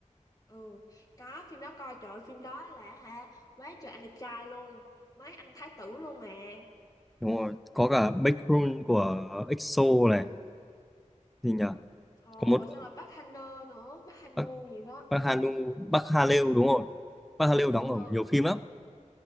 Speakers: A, on the left (about 25°); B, in the centre.
A: ừ có phim đó coi trời ơi, phim đó là hả quá trời anh đẹp trai luôn mấy anh thái tử luôn mà
B: Đúng rồi có cả Backrun của EXO này gì nhỉ
A: ồ
B: có một
A: xong rồi bác Hanơ nữa bác Hanu
B: Park,
A: gì đó
B: Park Hanu Park Ha Reo đúng rồi Park Ha Reo đóng ở
A: ừ
B: nhiều phim lắm